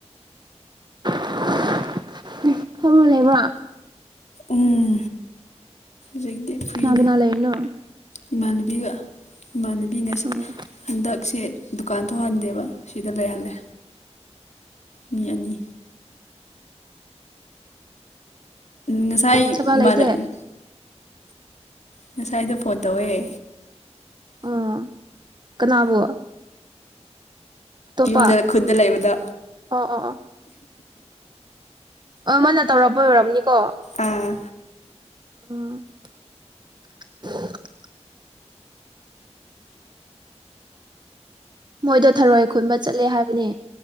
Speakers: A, on the right; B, on the left.
A: <unintelligible> ꯐꯝꯃ ꯂꯩꯕ꯭ꯔꯣ
B: ꯎꯝ ꯂꯩꯇꯦ ꯐ꯭ꯔꯤꯅꯦ
A: ꯀꯅꯥ ꯀꯅꯥ ꯂꯩꯔꯤꯅꯣ
B: ꯏꯃꯥꯅꯕꯤꯒ ꯏꯃꯥꯟꯅꯕꯤ ꯉꯁ
A: ꯎꯝ
B: ꯍꯟꯗꯛꯁꯦ ꯗꯨꯀꯥꯟ ꯊꯣꯛꯍꯟꯗꯦꯕ ꯁꯤꯗ ꯂꯩꯍꯜꯂꯦ ꯃꯤ ꯑꯅꯤ ꯉꯁꯥꯏ
A: ꯁꯕꯥ
B: ꯏꯃꯥꯅꯕꯤꯅ
A: ꯂꯩꯇꯦ
B: ꯉꯁꯥꯏꯗꯣ ꯐꯣꯟ ꯇꯧꯑꯦ
A: ꯑꯣ ꯀꯅꯥꯕꯨ ꯑꯇꯣꯞꯄ
B: ꯌꯨꯝꯗ ꯈꯨꯟꯗ ꯂꯩꯕꯗ
A: ꯑꯣ ꯑꯣ ꯑꯣ ꯑ ꯃꯥꯅ ꯇꯧꯔꯛꯄ ꯑꯣꯏꯔꯝꯅꯤꯀꯣ
B: ꯑꯥ
A: ꯑꯣ <unintelligible> ꯃꯣꯏꯗꯣ ꯊꯔꯣꯏ ꯈꯨꯟꯕ ꯆꯠꯂꯦ ꯍꯥꯏꯕꯅꯦ